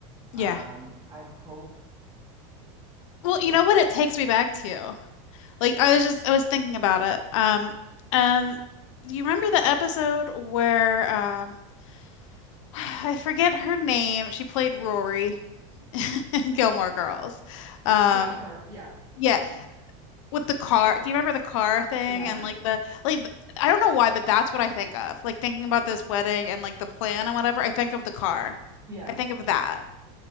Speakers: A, on the left; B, on the right.
A: Yeah.
B: Um, I hope,
A: Well,
B: yeah,
A: you know what it takes me back to? Like I was just I was thinking about it. Um and you remember the episode where um <sighs> I forget her name. She played Rory. <laughs> and Gilmore Girls. Um,
B: yeah, her, yeah,
A: yeah,
B: um,
A: with the car. Do you remember the car thing
B: yeah,
A: and like the like I don't know why, but that's what I think of. Like thinking about this wedding and like the plan and whatever, I think of the car.
B: <laughs> yeah,
A: I think of that